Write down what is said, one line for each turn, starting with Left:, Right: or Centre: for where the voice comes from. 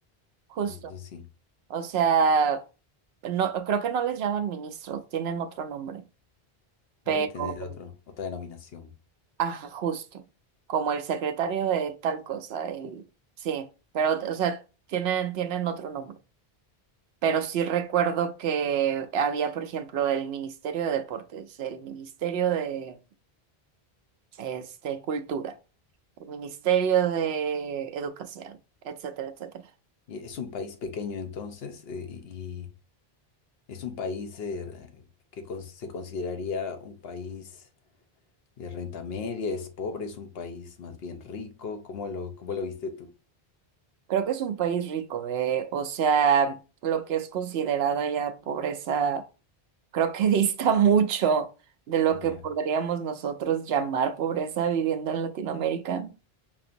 Right: justo.
Left: eso sí.
Right: O sea, no, creo que no les llaman ministros, tienen otro nombre, pero,
Left: Debe tener otro, otra denominación.
Right: ajá, justo. Como el secretario de tal cosa, el, sí, pero, o sea, tienen, tienen otro nombre. Pero sí recuerdo que había, por ejemplo, el Ministerio de Deportes, el Ministerio de, este, Cultura. el Ministerio de Educación, etcétera, etcétera.
Left: Y es un país pequeño entonces, eh, y, y es un país eh, re- que cons- se consideraría un país de renta media, es pobre, es un país más bien rico. ¿Cómo lo, cómo lo viste tú?
Right: Creo que es un país rico, ¿eh? O sea, lo que es considerada ya pobreza, creo que <laughs> dista mucho de lo
Left: Ya.
Right: que podríamos nosotros llamar pobreza viviendo en Latinoamérica.